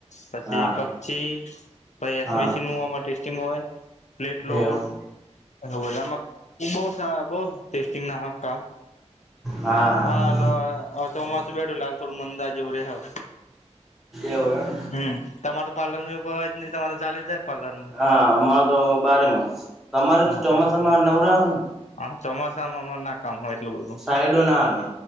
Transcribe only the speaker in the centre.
હા
હા
એવું
હા
એવું એમ
હા અમારે તો બારે માસ તમારે
તો ચોમાસામાં નવરા હોય ને
સાઈડો ના આવે